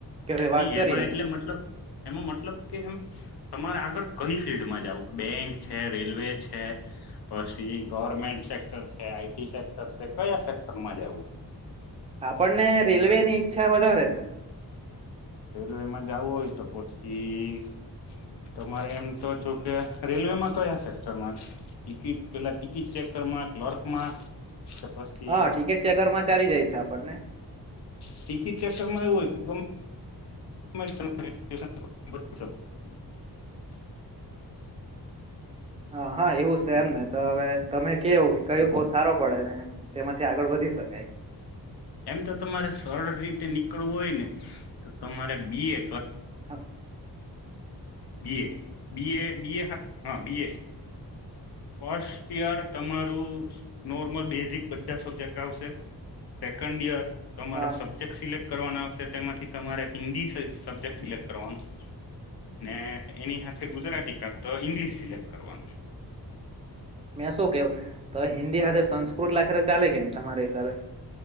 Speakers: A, on the right; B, on the left.
A: ઘરે વાત
B: ની
A: કરીએ
B: એમાં એટલે મતલબ એમાં મતલબ કે એમ તમારે આગળ કઈ ફિલ્ડમાં જાવ બેંક છે રેલવે છે પછી ગવર્મેન્ટ સેક્ટર છે આઈટી સેક્ટર છે કયા સેક્ટરમાં જવું <inaudible>
A: આપણને રેલવેની ઈચ્છા વધારે છે
B: રેલવેમાં જવું હોય તો પછી તમારે એમ તો જો કે રેલ રેલવેમાં કયા સેક્ટરમાં ટિકિટ પેલા ટિકિટ ચેક કર ક્લર્કમાં કે પછી
A: હા ટિકિટ ચેકરમાં ચાલી જાય છે આપણને
B: ટિકિટ ચેકરમાં એવું હોય ગમ <unintelligible>
A: હા હા એવું છે એમ ને તો હવે તમે કેવું કે કયું કોર્સ સારો પડે ને તેમાંથી આગળ વધી સકાય
B: એમ તો તમારે સરળ રીતે નીકળવું હોય ને તો તમારે BA
A: <inaudible>
B: B A B A B A હા બીએ ફર્સ્ટ યર તમારું નોર્મલ બેઝિક બધા સબ્જેક્ટ આવશે સેકન્ડ યર તમારે
A: હા
B: સબ્જેક્ટ સિલેક્ટ કરવાના આવશે તેમાંથી તમારે હિન્દી સબજેક્ટ સિલેક્ટ કરવાનું ને એની સાથે ગુજરાતી કાતો ઇંગ્લિશ સિલેક્ટ કરવાનું
A: મેં શું કેવ તો હિન્દી હાથે સંસ્કૃત લખે તો ચાલે કે નહી તમારા હિસાબે